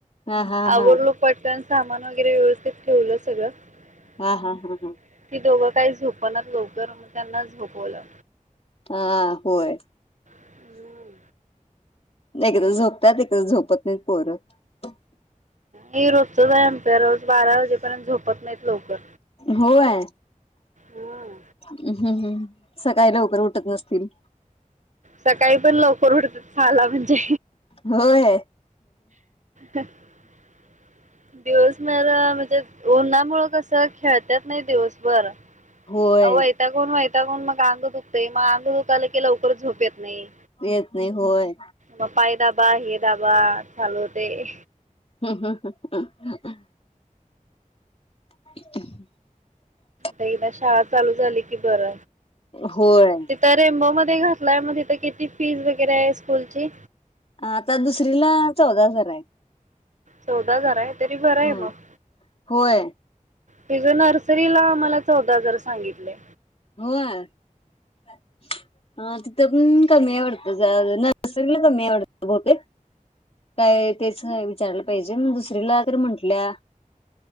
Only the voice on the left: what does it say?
हा हा
हा
हा हा हा हा
हा होय
नाही एकदा झोपतात एकदा झोपत नाही पोरत
होय.
हम्म हम् सकाळी लवकर उठत नसतील.
होय.
होय
येत नाही होय
ह ह इक
होय.
आता दुसरीला चौदा हजार आहे.
हो
होय
होय हा. कमी आवडत नर्सरीला कमी आवडत बहुते काय तेच विचारलं पाहिजे मग दुस तिसरीला तरी म्हंटल्या